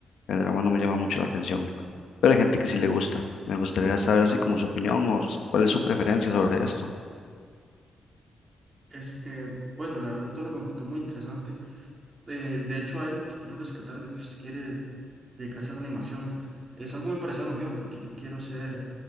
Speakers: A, on the left (about 80°); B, on the right (about 30°).
A: El drama no me llama mucho la atención, pero hay gente que sí le gusta. Me gustaría saber así como su opinión o s- cuál es su preferencia sobre esto.
B: Este, bueno, la verdad todo lo que me contó muy interesante. Eh, de hecho, hay algo que quiero rescatar de que usted quiere dedicarse a la animación. Es algo muy parecido a lo mío porque yo quiero ser